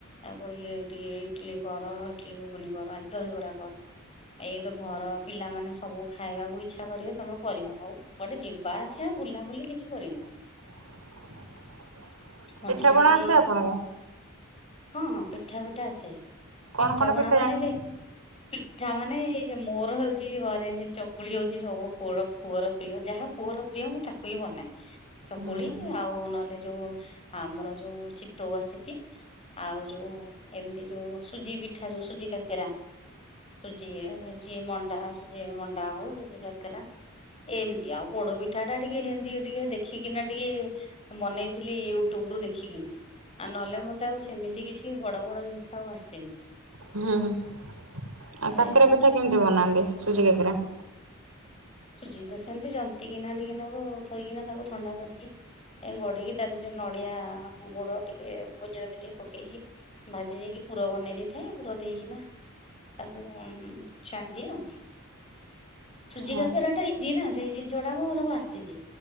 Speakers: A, on the left; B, on the right.
A: ଆଉ କ ଇଏ ଟିକେ ଇଟିଲି କର ଇଟିଲି ଘୁଗୁନି କର ଆଜି ଦହିବରା କର ଏଇ ତ ଘର ପିଲାମାନେ ସବୁ ଖାଇଆକୁ ଇଚ୍ଛା କରିବେ ତମେ କରିବ ଆଉ କୁଆଡ଼େ ଯିବା ଆସିବା ବୁଲାବୁଲି କିଛି କିଛି କରିନି।
B: <inaudible>
A: ମଝିରେ
B: ପିଠାପଣା
A: ଟିକେ
B: ଆସେ
A: ଏଇଆ
B: ଆପଣଙ୍କୁ
A: ହଁ ହଁ ପିଠା ପିଠା ଆସେ।
B: କଣ
A: ପିଠା
B: କଣ
A: ପଣା ମାନେ
B: ଜାଣିଛନ୍ତି?
A: ସେଇ ପିଠା ମାନେ ଏଇ ଯେ ମୋର ହେଉଚି ଘରେ ସେ ଚକୁଳି ହୋଉଚି ସବୁ ପୋଡ ପୁଅର ପ୍ରିୟ ଯାହା ପୁଅର ପ୍ରିୟ ମୁଁ ତାକୁ ହିଁ ବନାଏ। ଚକୁଳି
B: ହୁଁ
A: ଆଉ ନହେଲେ ଯୋଉ ଆମର ଯୋଉ ଚିତୋଉ ଆସିଚି। ଆଉ ଯୋଉ ଏମତି ଯୋଉ ସୁଜି ପିଠା ଯୋଉ ସୁଜି କାକେରା ସୁଜି ଇଏ। ହେଉଚି ମଣ୍ଡା, ସୁଜି ରେ ମଣ୍ଡା ହଉ ସୁଜି କାକେରା। ଏମତି ଆଉ ପୋଡପିଠା ଟା ଟିକେ ହେନ୍ତି ଟିକେ ଦେଖିକିନା ଟିକେ ବନେଇଥିଲି ୟୁଟ୍ୟୁବ ରୁ ଦେଖିକିନା। ଆଉ ନହେଲେ ମତେ ଆଉ ସେମିତି କିଛି ବଡ ବଡ ଜିନିଷ ଆଉ ଆସେନି।
B: ହୁଁ ହୁଁ ଆଉ କାକେରା
A: ଏମତି
B: ପିଠା କେମତି ବନାନ୍ତି ସୁଜି କାକେରା?
A: ସୁଜି ତ ସେମତି ଜନ୍ତି କିିନା ଟିକେ ନାଗୁ ଥୋଇକିନା ତାକୁ ଥଣ୍ଡା କରିକି। ଏ ଗଢିକି ତା ଦିହେରେ ଟିକେ ନଡିଆ ଗୁଡ଼ ଟିକେ ଗୁଜୁରାତି ଟିକେ ପକେଇକି। ଭାଜି ଦେଇକି ପୁର ବନେଇ ଦେଇଥାଏ ପୁର ଦେଇକିନା ତାକୁ ଛାଣଦିଏ ଆଉ ସୁଜି
B: ହଁ
A: କା କେରା ଟା ଇଜି ନା ସେଇ ଜିନିଷ ଗୁଡାକ ସବୁ ଆସିଚି